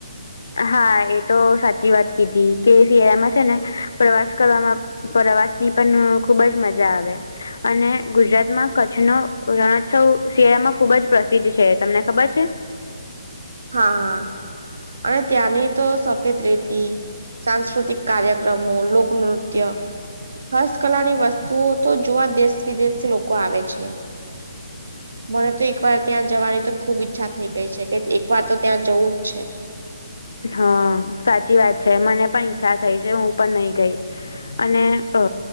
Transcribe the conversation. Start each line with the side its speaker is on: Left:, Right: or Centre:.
Left: હા એ તો સાચી વાત કીધી કે શિયાળામાં છે ને પ્રવાસ કરવામાં પ્રવાસ ની પણ ખુબ જ મજા આવે અને ગુજરાતમાં કચ્છ નો રણોત્સવ શિયાળામાં ખુબ જ પ્રસિદ્ધ છે, તમને ખબર છે?
Right: હા અને ત્યાંની તો સફેદ રેતી સાંસ્કૃતિક કાર્યક્રમો લોકનૃત્યમ હસ્તકલા ની વસ્તુઓ તો જોવા દેશ વિદેશથી લોકો આવે છે. મને તો એક વાર ત્યાં જવાની તો ખુબ ઈચ્છા થઈ ગઈ છે કે એક વાર તો ત્યાં જવું જ છે.
Left: હા સાચી વાત છે મને પણ ઈચ્છા થઈ છે હું પણ નહી ગઈ. અને અ